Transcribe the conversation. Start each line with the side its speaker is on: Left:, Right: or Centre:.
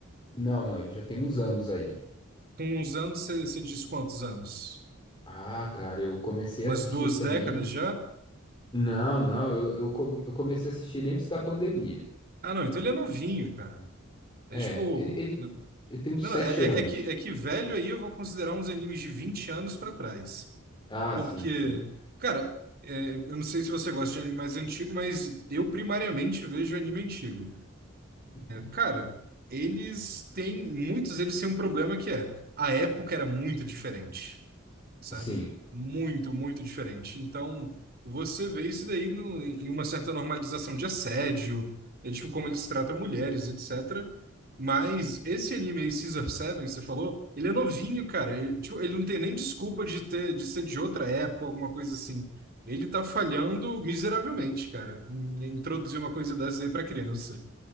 Left: Não, não, ele já tem uns anos aí.
Right: Com uns anos, você você diz quantos anos?
Left: Ah, cara, eu comecei
Right: Umas
Left: a assistir
Right: duas
Left: esse
Right: décadas
Left: anime.
Right: já?
Left: Não, não, eu, eu, co- eu comecei a assistir ele antes da pandemia.
Right: Ah, não, então ele é novinho, cara. É
Left: É,
Right: tipo.
Left: ele, ele,
Right: eu-
Left: ele tem uns
Right: Não,
Left: sete
Right: não, é,
Left: anos.
Right: é- é que, é que velho aí eu vou considerar uns animes de 20 anos pra trás.
Left: Ah,
Right: Porque,
Left: sim, sim.
Right: cara, é, eu não sei se você gosta de anime mais antigo, mas eu primariamente vejo anime antigo.
Left: <laughs>
Right: Cara, eles têm, muitos deles têm um problema que é, a época era muito diferente, sabe?
Left: Sim.
Right: Muito, muito diferente. Então, você vê isso daí no- em uma certa normalização de assédio, é tipo como eles tratam mulheres, etc. Mas esse anime aí, Caesar Seven, você falou, ele é novinho, cara. Ele, tipo, ele não tem nem desculpa de ter, de ser de outra época, alguma coisa assim. Ele tá falhando miseravelmente, cara, em introduzir uma coisa dessa aí pra criança.